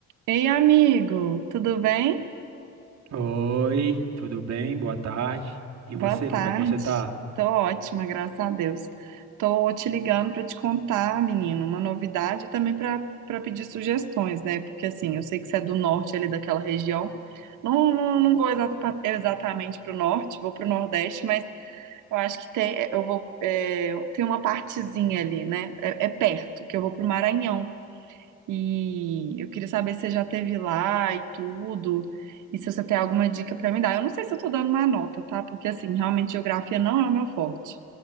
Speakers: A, on the right (about 80°); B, on the right (about 60°).
A: Ei, amigo, tudo bem?
B: Oi, tudo bem? Boa tarde. E
A: Boa
B: você,
A: tarde.
B: como é que você tá?
A: Tô ótima, graças a Deus. Tô te ligando para te contar, menino, uma novidade e também para para pedir sugestões, né? Porque assim, eu sei que você é do norte ali daquela região. Não, não, não vou exata- pra- exatamente para o norte, vou para o nordeste, mas eu acho que tem, eu vou, é, tem uma partezinha ali, né? É, é perto, que eu vou para o Maranhão. E eu queria saber se você já teve lá e tudo, e se você tem alguma dica para me dar. Eu não sei se eu tô dando uma nota, tá? Porque assim, realmente geografia não é o meu forte.